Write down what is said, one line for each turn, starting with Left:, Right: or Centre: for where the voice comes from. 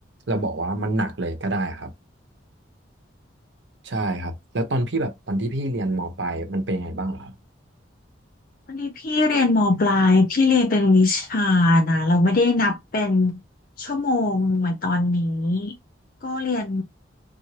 Right: เราบอกว่ามันหนักเลยก็ได้ครับ ใช่ครับแล้วตอนพี่แบบตอนที่พี่เรียนมปลายมันเป็นยังไงบ้างเหรอครับ
Left: วันนี้พี่เรียนมปลายพี่เรียนเป็นวิชานะเราไม่ได้นับเป็นชั่วโมงเหมือนตอนนี้ก็เรียน